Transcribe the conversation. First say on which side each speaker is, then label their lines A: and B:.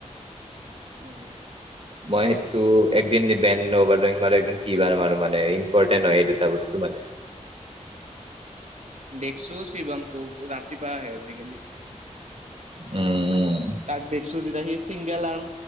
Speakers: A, on the right (about 65°); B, on the right (about 50°).
A: উম।
B: মই সেইটো একদিন বেণ নবাৰ মাৰো একদিন ট বাৰ মাৰো মানে ইম্পৰ্টেণ্ট হয় এই দুটা বস্তু মানে। <inaudible>
A: দেখছো শিৱংটোক ৰাতিপুৱা আহে আজিকালি।
B: উম।
A: তাক দেখছো যেতিয়া সি চিংগেল আন।